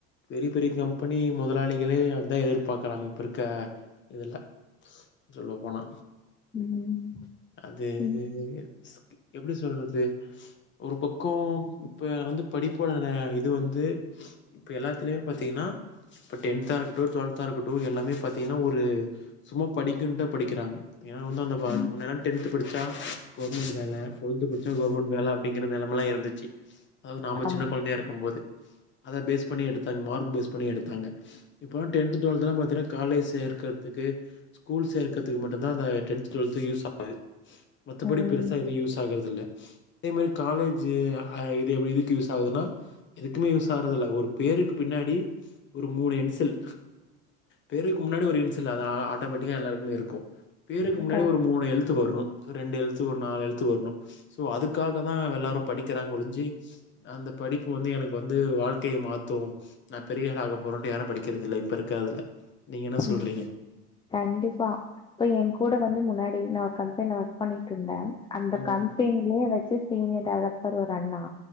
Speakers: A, on the left; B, on the left.
A: பெரி பெரிய கம்பெனி முதலாளிகளே அதா எதிர்பார்க்கறாங்க இப்பருக்க இதுல சொல்லப்போனா
B: ம்
A: அது
B: ம்
A: ஸ் எப்டி சொல்றது ஒரு பக்கொ இப்ப வந்து படிப்போட இது வந்து இப்ப எல்லாத்துலயு பாத்தீங்னா இப்ப டென்த்தா இருக்கட்டு டுவெல்த்தா இருக்கட்டு எல்லாமே பாத்தீங்கனா ஒரு சும்மா படிக்கனும்டே படிக்கிறாங்க ஏனா வந்தோ அந்த நம்ம
B: ம்
A: முன்னேலா டென்த் த்து படிச்சா கவர்மெண்ட் வேல டுவெல்த் படிச்சா கவர்மெண்ட் வேல அப்டிங்கிற நெலமலா இருந்துச்சு அதாவது நாம
B: அம்
A: சின்ன கொழந்தையா இருக்கும் போது அத பேஸ் பண்ணி எடுத்தாங்க மார்க் பேஸ் பண்ணி எடுத்தாங்க இப்பல்லா டென்த் டுவெல்த்தெல்லா பாத்தீனா காலேஜ் சேர்க்கத்துக்கு ஸ்கூல் சேர்க்கத்துக்கு மட்டுந்தா அந்த டென்த் டுவல்த் யூஸ் ஆவ் க மத்தபடி
B: ம்
A: பெருசா எதுவு யூஸ் ஆகுறது இல்ல அதே மாதிரி காலேஜூ அ இது எப்டி இதுக்கு யூஸ் ஆவுதுன்னா எதுக்குமே யூஸ் ஆவறதில்ல ஒரு பேருக்கு பின்னாடி ஒரு மூணு இன்சியல் பேருக் முன்னாடி ஒரு இன்சியல் அது ஆட்டோமேட்டிக்கா எல்லாருக்குமே இருக்கு பேருக்கு
B: அதா
A: முன்னாடி
B: ம்
A: ஒரு மூணு எழுத்து வர்னு சோ ரெண்டு எழுத்து ஒரு நாலு எழுத்து வரணு சோ அதுக்காகதா எல்லாரு படிக்கிறாங்க ஒழிஞ்சி அந்த படிப்பு வந்து எனக்கு வந்து வாழ்க்கய மாத்து நான் பெரியாள ஆக போறேன்ட்டு யாரு படிக்கிறதில்ல இப்ப இருக்கதுல நீங்க என்ன
B: அதான்.
A: சொல்றீங்க
B: கண்டிப்பா இப்ப ஏ கூட வந்து முன்னாடி நா ஒரு கம்பெனில ஒர்க் பண்ணிட் இருந்த அந்த
A: ம்
B: கம்பெனிலே வெப்சிஸ் சீனியர் டெவலப்பர் ஒரு அண்ணா